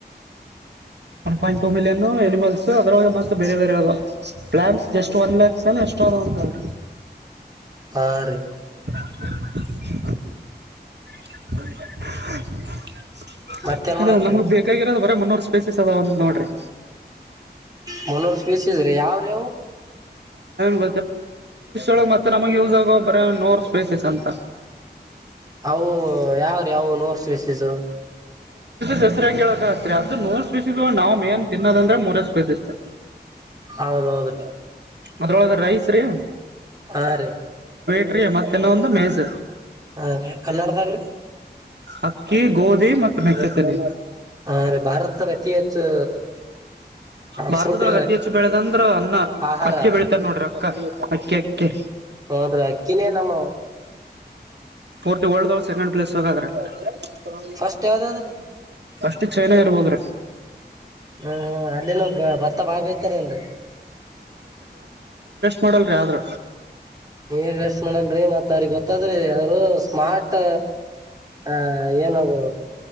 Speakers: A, on the right; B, on the right.
A: one point two million animals ಅದ್ರೊಳಗೆ ಮತ್ತೆ ಬೇರೆ ಬೇರೆ ಅದ ಪ್ಲಾನ್ಟ್ಸ ಜಸ್ಟ್ ಒನ್ ಲ್ಯಾಕ್ಸ್ ಎಷ್ಟ ಅದ ಅಂತ ಅವು
B: ಹಾ ರೀ
A: <inaudible> <unintelligible>
B: ಮತ್ತೇನ್
A: ಇದು
B: ಮಾಡತ್ತರಿ
A: ನಮಗ್ ಬೇಕಾಗಿರೋದ ಬ ಮುನ್ನೂರ್ ಸ್ಪೇಸಸ್ ಅದಾವಂತ ನೋಡ್ರಿ
B: ಮೂಲೂರ್ ಸ್ಫೇಸ್ ಇದ್ರಿ ಯಾವ ಅವು
A: <unintelligible> ಳ ಮತ್ತ ನಮಗೆ ಯೂಸ್ ಆಗ ಗೊಬ್ಬರ ನೋರ್ ಸ್ಪೇಸಸ್ ಅಂತ
B: ಅವು ಯಾವ್ರೀ ಅವು ನೋರ್ಸಿಸಿದು
A: ದಸರಾಗೆ ಹೇಳಕತ್ರಿ ಅದು ನೋ <unintelligible> ತಿನ್ನದಂದ್ರೆ ಮೂರಷ್ಟು ಕಸತರ್
B: ಹೌದೌದ್ರೀ
A: ಆದ್ರೊಳಗ ರೈಸ್ ರೀ
B: ಹಾ ರೀ
A: ಸ ಮತ್ತೆ ಇನ್ನೊಂದು ಮೇಜು
B: ಹಾಗೆ ಕನ್ನಡದಾಗ್ರಿ
A: ಅಕ್ಕಿ ಗೋಧಿ ಮತ್ತು ಮೆಕ್ಕೆತ್ತನೆೆ
B: ಹಾ ರಿ ಭಾರತದಾಗ ಅತಿ ಹೆಚ್ಚು
A: ಭಾರತದೊಳಗೆ
B: ಫುಡ್
A: ಅತಿ ಹೆಚ್ಚು ಬೆಳೆದಂದ್ರ ಅನ್ನ
B: ಆಹಾರ
A: ಅಕ್ಕಿ ಬೆಳಿತಾರ್ ನೋಡ್ರಿ ಅಕ್ಕ ಅಕ್ಕೆ ಅಕ್ಕೆ
B: ಹನ್ ರಿ ಅಕ್ಕಿನೇ ನಮ್ಮ
A: ಪೂರ್ತಿ ವರ್ಲ್ಡಾಗ ಸೆಕೆಂಡ್ ಪ್ಲೇಸ್ ದಾಗ ಆದ್ರ ರಿ
B: ಫಸ್ಟ್ ಯಾವ್ದಾದ್ರಿ
A: ಅಷ್ಟು ಚೈನ ಇರ್ಬೋದ್ರಿ
B: ಹ್ಮ ಹ ಅಲ್ಲಿನೋ ಭತ್ತ ಬಾಳ ಬೆಳೀತಾರ ಏನ್ರಿ
A: ಮಾಡಲ್ರ ಆದ್ರ
B: ನೀರ ವಸ್ಟ್ ಮಾಡಲ್ರರಿ ಮತ್ತ ಅವ್ರಿಗೆ ಗೊತ್ತಾದ್ರಿ ಅವರು ಸ್ಮಾರ್ಟ್ ಆಹ ಏನದು